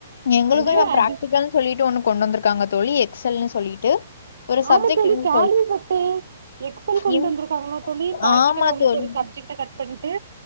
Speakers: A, on the left; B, on the right.
A: எங்களுக்கு
B: அதுவே
A: எல்லா
B: அது
A: ப்ராக்ட்டிக்கல்னு சொல்லிட்டு ஒன்னு கொண்டு வந்திருக்காங்க தோழி எக்ஸ் எல் னு சொல்லிட்டு ஒரு சப்ஜெக்ட்
B: ஆமா தோழி
A: இருந்து
B: கேள்விப்பட்டே எக்ஸ் எல் கொண்டு
A: இம்
B: வந்திருக்காங்களா தோழி ப்ராக்ட்டிக்கல்
A: ஆமா
B: உங்களுக்கு
A: தோழி
B: ஒரு சப்ஜெக்ட் ட கட் பண்ணிட்டு